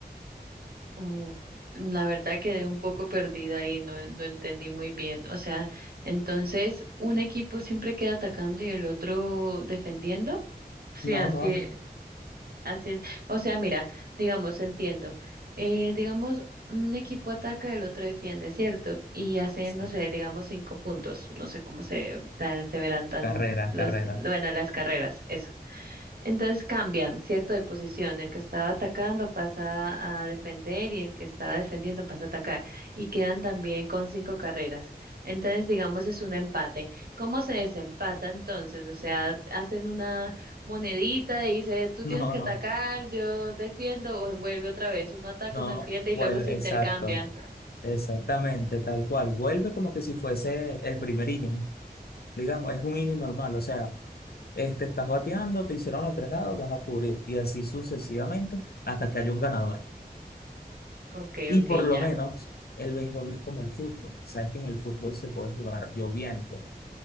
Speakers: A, on the right; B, on the left.
A: Oh, La verdad quedé un poco perdida ahí, no, no entendí muy bien. O sea, entonces un equipo siempre queda atacando y el otro defendiendo. Sí,
B: No,
A: así,
B: no,
A: e-
B: no.
A: así es. O sea, mira, digamos, entiendo. Eh, digamos, un equipo ataca, el otro defiende, ¿cierto? Y hace,
B: Sí.
A: no sé, digamos cinco puntos. No sé cómo se, ta- se verán tan
B: Carrera,
A: los,
B: carrera.
A: bueno, las carreras, eso. Entonces cambian, ¿cierto? De posición. El que estaba atacando pasa a defender y el que estaba defendiendo pasa a atacar. Y quedan también con cinco carreras. Entonces, digamos, es un empate. ¿Cómo se desempata entonces? O sea, hacen una monedita y dice, tú tienes
B: No,
A: que
B: no,
A: atacar, yo defiendo, o vuelve otra vez. Uno ataca,
B: no.
A: uno defiende y
B: Vuelve,
A: luego se intercambian.
B: exacto. Exactamente, tal cual. Vuelve como que si fuese el primer inning. Digamos, es un inning normal. O sea, este, estás bateando, te hicieron los tres dados, vas a cubrir. Y así sucesivamente hasta que haya un ganador.
A: Ok,
B: Y
A: ok,
B: por lo
A: ya.
B: menos el béisbol no es como el fútbol. Sabes que en el fútbol se puede jugar lloviendo.